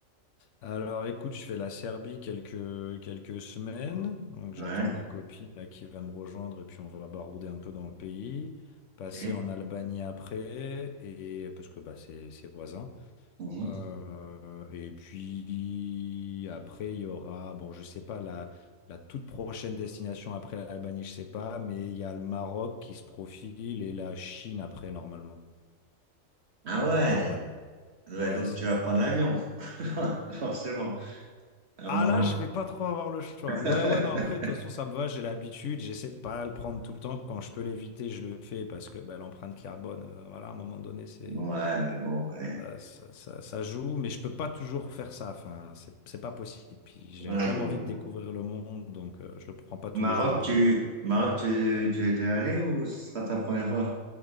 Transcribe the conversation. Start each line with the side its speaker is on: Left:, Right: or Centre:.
Left: Alors écoute, je fais la Serbie quelques, quelques semaines. Donc j'attends
Right: Ouais.
Left: ma copine là qui va me rejoindre et puis on va barouder un peu dans le pays. Passer
Right: ok.
Left: en Albanie après, et parce que bah, c'est c'est voisin.
Right: Mhm.
Left: Euh, et puis après, il y aura, bon, je sais pas, la, la toute prochaine destination après l'Albanie, je sais pas, mais il y a le Maroc qui se profile et la Chine après, normalement.
Right: Ah ouais.
Left: Normalement.
Right: Ouais,
Left: Ouais,
Right: donc
Left: c'est.
Right: tu vas prendre
Left: c'est-
Right: l'avion, <laughs> forcément. Ah
Left: Ah
Right: bon.
Left: là, je vais pas trop avoir le choix.
Right: <laughs>
Left: Ouais, ouais, non, après, de toute façon, ça me va, j'ai l'habitude, j'essaie de pas le prendre tout le temps. Quand je peux l'éviter, je le fais parce que bah, l'empreinte carbone, euh, voilà, à un moment donné, c'est
Right: Ouais, mais bon. ouais.
Left: bah, ça, ça- ça joue, mais je peux pas toujours faire ça. Enfin, c'est c'est pas possible. Puis j'ai
Right: Ouais,
Left: quand même
Right: j'avoue.
Left: envie de découvrir le monde, donc euh, je le prends pas tous
Right: Maroc,
Left: les jours non plus.
Right: tu,
Left: hein.
Right: Maroc, tu, tu es déjà allé ou ce sera ta première fois?